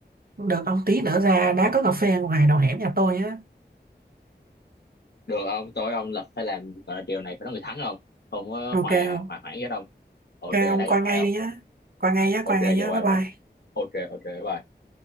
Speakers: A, on the right; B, on the left.
A: được ông tí nữa ra đã có cà phê ngoài đầu hẻm nhà tôi á.
B: được không tối ông là phải làm gọi là chiều này phải nói người thắng không không có
A: Ok
B: hoài
A: không?
B: hoài hoãn gì hết không ok
A: Ok
B: lát
A: ông qua
B: gặp lại
A: ngay
B: không
A: đi nhá. Qua ngay nhá,
B: ok
A: qua ngay nhá,
B: giờ qua
A: bye bye.
B: đúng không ok ok bye